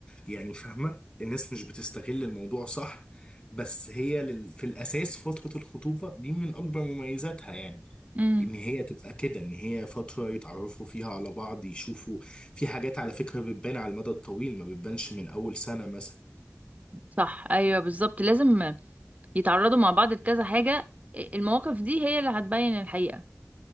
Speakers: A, on the left; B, on the right.
A: يعني فاهمة الناس مش بتستغل الموضوع صح بس هي لل... في الاساس فترة الخطوبة دي من اكبر مميزاتها يعني
B: امم
A: ان هي تبقى كده ان هي فترة يتعرفوا فيها على بعض يشوفوا في حاجات على فكرة بتبان على المدى الطويل ما بتبانش من اول سنة مثلا
B: صح ايوه بالظبط لازم يتعرضوا مع بعض لكذا حاجه المواقف دي هي اللي هتبين الحقيقه